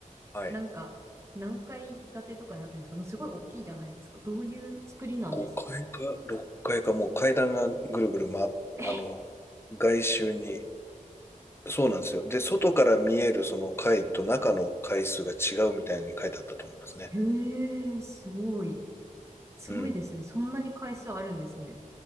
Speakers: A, on the left; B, on the right.
A: はい。
B: なんか何階建てとかになってるんですかすごい大きいじゃないですか。どういう作りなんですか
A: 5階か6階かいか、もう階段がぐるぐる回っ、
B: え、
A: あの、外周に。そうなんですよ。で、外から見えるその階と中の階数が違うみたいに書いてあったと思いますね。
B: へえ、すごい。すごいですね。
A: うん。
B: そんなに階数あるんですね。